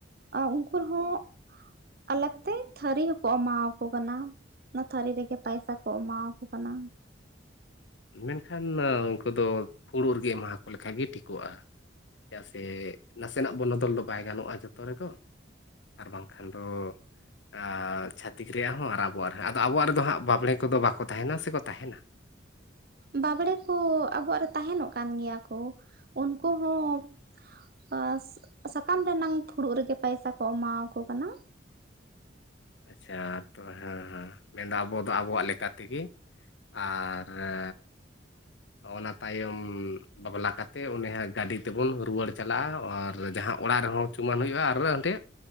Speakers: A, on the right; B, on the left.
A: ᱩᱱᱠᱩ ᱨᱮ ᱦᱚᱸ ᱟᱞᱮ ᱛᱮ ᱛᱷᱟᱹᱨᱤ ᱦᱚᱸᱠᱚ ᱮᱢᱟᱣᱟᱠᱚ ᱠᱟᱱᱟ᱾ ᱚᱱᱟ ᱛᱷᱟᱹᱨᱤ ᱨᱮᱜᱮ ᱯᱟᱭᱥᱟ ᱠᱚ ᱮᱢᱟᱣᱟᱠᱚ ᱠᱟᱱᱟ᱾
B: ᱢᱮᱱᱠᱷᱟᱱ ᱩᱱᱠᱩ ᱫᱚ ᱯᱷᱩᱲᱩᱜ ᱨᱮᱜᱮ ᱮᱢᱟᱠᱚ ᱞᱮᱠᱷᱟᱡ ᱜᱮ ᱴᱷᱤᱠᱚᱜᱼᱟ᱾ ᱪᱮᱫᱟᱜ ᱥᱮ ᱱᱟᱥᱮᱱᱟᱜ ᱵᱚᱱᱚᱫᱚᱞ ᱫᱚ ᱵᱟᱭ ᱜᱟᱱᱚᱜᱼᱟ ᱡᱚᱛᱚ ᱨᱮᱫᱚ᱾ ᱟᱨ ᱵᱟᱝᱠᱷᱟᱱ ᱫᱚ ᱟ ᱪᱷᱟᱹᱛᱤᱠ ᱨᱮᱭᱟᱜ ᱨᱮᱦᱚᱸ ᱟᱨ ᱟᱵᱚᱣᱟᱜ ᱨᱮᱦᱚᱸ ᱟᱫᱚ ᱟᱵᱚᱣᱟᱜ ᱨᱮᱫᱚ ᱦᱟᱸᱜ ᱵᱟᱸᱵᱽᱲᱮ ᱠᱚᱫᱚ ᱵᱟᱠᱚ ᱛᱟᱦᱮᱱᱟ, ᱥᱮᱠᱚ ᱛᱟᱦᱮᱱᱟ?
A: ᱵᱟᱸᱵᱽᱲᱮ ᱠᱚ ᱟᱵᱚᱣᱟᱜ ᱨᱮ ᱛᱟᱦᱮᱱᱚᱜ ᱠᱟᱱ ᱜᱮᱭᱟ ᱠᱚ, ᱩᱱᱠᱩ ᱦᱚᱸ ᱟ ᱥᱟ ᱥᱟᱠᱟᱢ ᱨᱮᱱᱟᱝ ᱯᱷᱩᱲᱩᱜ ᱨᱮᱜᱮ ᱯᱟᱭᱥᱟ ᱠᱚ ᱮᱢᱟᱣᱟᱠᱚ ᱠᱟᱱᱟ᱾
B: ᱟᱪᱪᱷᱟ ᱛᱚ ᱦᱮᱸ ᱦᱮᱸ ᱢᱮᱱᱫᱟ ᱟᱵᱚ ᱫᱚ ᱟᱵᱚᱣᱟᱜ ᱞᱮᱠᱟ ᱛᱮᱜᱮ᱾ ᱟᱨ ᱨᱮ ᱚᱱᱟ ᱛᱟᱭᱚᱢ ᱵᱟᱯᱞᱟ ᱠᱟᱛᱮᱫ ᱚᱱᱮ ᱜᱟᱹᱰᱤ ᱛᱮᱵᱚᱱ ᱨᱩᱣᱟᱹᱲ ᱪᱟᱞᱟᱜᱼᱟ ᱟᱨ ᱡᱟᱦᱟᱸ ᱚᱲᱟᱜ ᱨᱮᱦᱚᱸ ᱪᱩᱢᱟᱹᱱ ᱦᱩᱭᱩᱜᱼᱟ ᱟᱨ ᱦᱟᱸᱰᱮ